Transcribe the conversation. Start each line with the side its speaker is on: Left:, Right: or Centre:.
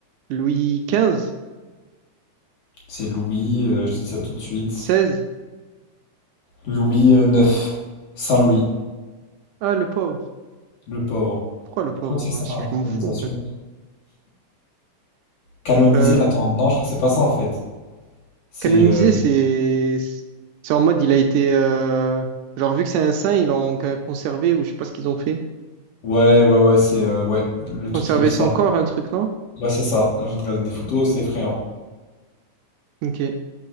Right: Louis quinze
Left: c'est Louis, euh, je te dis ça tout de suite.
Right: seize
Left: Louis euh, IX, Saint-Louis,
Right: Ah, le pauvre.
Left: le pauvre.
Right: Pourquoi le pauvre?
Left: Je crois que
Right: en
Left: c'est ça,
Right: vrai Je
Left: hein,
Right: je m'en
Left: canonisation.
Right: fous, en fait.
Left: Canonisé,
Right: Euh,
Left: attends, non, je crois que c'est pas ça en fait. C'est.
Right: canonisé,
Left: euh,
Right: c'est... C'est en mode, il a été... euh, Genre, vu que c'est un saint, ils l'ont ca- conservé, ou je sais pas ce qu'ils ont fait.
Left: Ouais, ouais, ouais, c'est. euh, Ouais, le
Right: Conserver
Left: truc il est bizarre.
Right: son corps, un truc, non?
Left: Ouais, c'est ça. J'ai regardé des photos, c'est effrayant.
Right: Ok.